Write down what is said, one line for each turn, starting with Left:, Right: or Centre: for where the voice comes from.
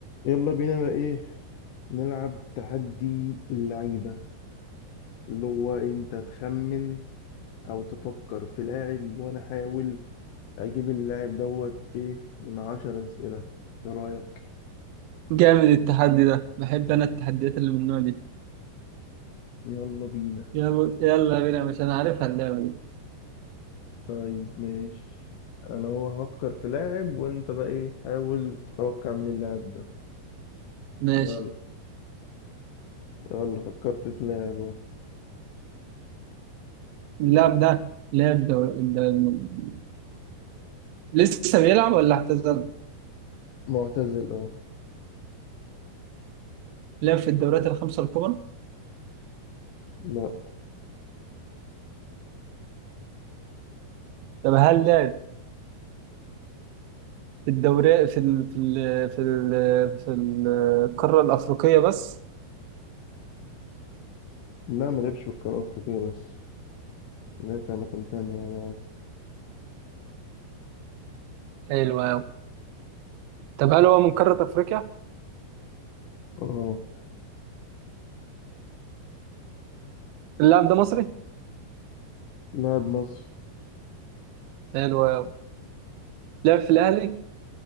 Left: يلا بينا بقى ايه نلعب تحدي اللعيبة اللي هو انت تخمن او تفكر في لاعب وانا احاول اجيب اللاعب دوت ايه من عشر اسئلة ايه رأيك
Right: جامد التحدي ده بحب انا التحديات اللي من النوع دي
Left: يلا بينا
Right: يلا يلا بينا مش انا عارفها اللعبه دي
Left: طيب ماشي انا هو هفكر في لاعب وانت بقى ايه حاول تتوقع من اللاعب ده
Right: ماشي
Left: يلا يلا فكرت في لاعب اهو
Right: اللاعب ده لعب دور... الد- لسه بيلعب ولا اعتزل
Left: معتزل اه
Right: لعب في الدوريات الخمسه الكبرى
Left: لا
Right: طب هل لعب في الدوري في ال... في ال... في ال... في القاره الافريقيه بس
Left: لا ما لعبش في القارة الافريقية بس لعب في اماكن تانية يعني عادي.
Right: حلو قوي طب هل هو من قاره افريقيا
Left: اه
Right: اللاعب ده مصري
Left: لاعب مصري
Right: حلو قوي لعب في الاهلي